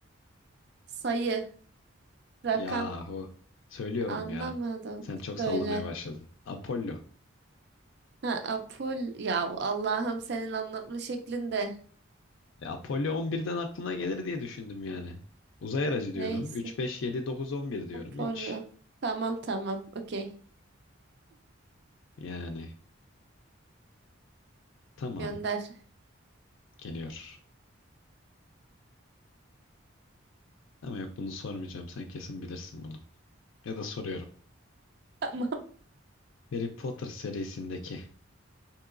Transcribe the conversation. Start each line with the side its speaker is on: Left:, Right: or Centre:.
Right: Sayı, rakam
Left: yahu söylüyorum
Right: anlamadım.
Left: ya. Sen çok sallamaya
Right: Söyle.
Left: başladın. Apollo.
Right: Ha, Apol ya Allah'ım senin anlatma şeklinde.
Left: E, Apollo 11'den aklına gelir diye düşündüm yani. Uzay aracı diyorum.
Right: Neyse.
Left: 3, 5, 7, 9, 11 diyorum.
Right: Sonra.
Left: Hiç.
Right: Tamam tamam. Okey.
Left: Yani tamam
Right: Gönder. <laughs>
Left: geliyor. Ama yok bunu sormayacağım. Sen kesin bilirsin bunu. Ya da soruyorum.
Right: Tamam.
Left: Harry Potter serisindeki